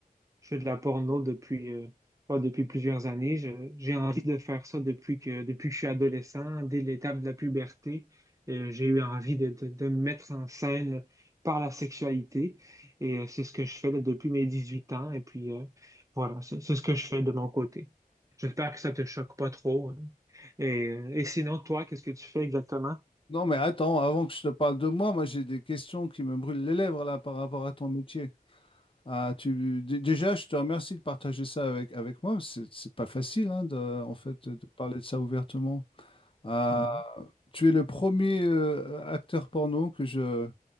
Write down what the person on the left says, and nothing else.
Non, mais attends, avant que je te parle de moi, moi j'ai des questions qui me brûlent les lèvres là par rapport à ton métier. Ah, tu... dé- Déjà, je te remercie de partager ça avec, avec moi. C'est c'est pas facile, hein, de, en fait, de parler de ça ouvertement. Ah,
tu es le premier euh, acteur porno que je,